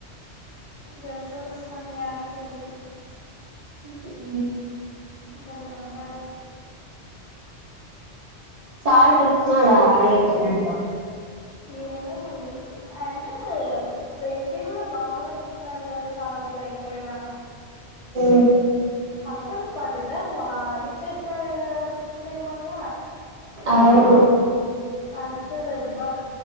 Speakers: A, on the left; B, on the right.
A: గెల్చాల సామి ఆర్ సి బి
B: ఉ ఊమ్.
A: భలె! ఉంటారు.
B: చాల్ తెచ్చినాడు. ఆడైతే ఇంక
A: ఏమో! మల్లి అయినా ఓ! వెంకి గుడెం. బాగా కొడుతున్నాడు కదా సాల్ట్ లేకపోయినా
B: ఆ
A: అసల్ ఫదే ద వాగి చేేషినడ మేంమొన్న
B: అవు
A: అస్సలేబ్బా